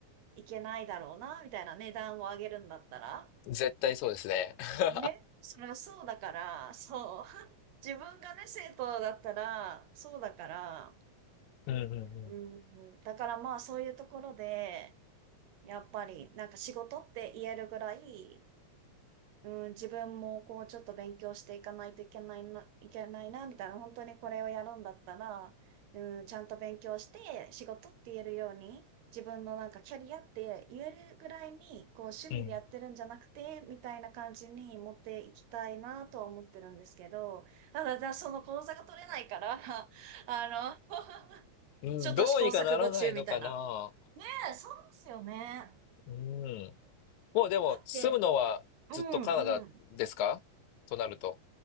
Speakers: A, on the right; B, on the left.
A: いけないだろうな、みたいな値段を上げるんだったら。
B: ん。絶対そうですね。<laughs>
A: ね。それはそうだから、そう。<laughs> 自分がね、生徒だったら、そうだから、
B: うんうん
A: うんうん、だからまあそういうところで、やっぱりなんか仕事って言えるぐらい、うん、自分もこうちょっと勉強していかないといけないな、いけないな、みたいな、本当にこれをやるんだったら、うん、ちゃんと勉強して仕事って言えるように、自分のなんかキャリアって言えるぐらいに、こう趣味でやってるんじゃなくて、
B: うん。うん。
A: みたいな感じに持っていきたいなとは思ってるんですけど、ただ、じゃあその講座が取れないから、<laughs> あの
B: うんどうにかならないのかな。
A: ちょっと試行錯誤中みたいな。ねえそうですよね。
B: うん。もうでも、
A: だって、
B: 住むのはずっとカナダですかとなると。
A: うんうん。